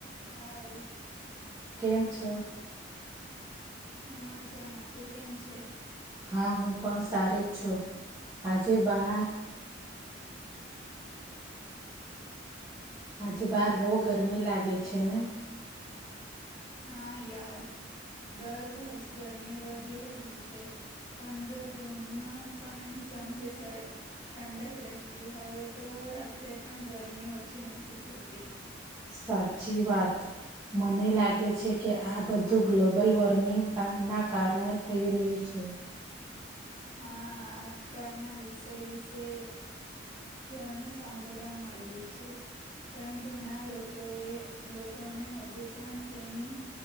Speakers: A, on the left (about 25°); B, on the right (about 15°).
A: હા એ.
B: કેમ છો?
A: હું મજામાં. તું કેમ છે?
B: હા હું પણ સારી છું. આજે બહાર આજે બહાર બહુ ગરમી લાગે છે ને?
A: હા યાર દર વર્ષ ગરમી વધી રહી છે. પણ જો જૂનમાં પણ સાંજે ઠંડક રહેતી. હવે તો રાત્રે પણ ગરમી ઓછી નથી થતી.
B: સાચી વાત. મને લાગે છે કે આ બધું ગ્લોબલ વોર્મિંગ એના કારણે થયું રહ્યું છે.
A: હા આજકાલના વિષય વિશે ઘણું સાંભળવા મળ્યું છે. પણ ઘણા લોકોએ લોકોને હજુ પણ તેની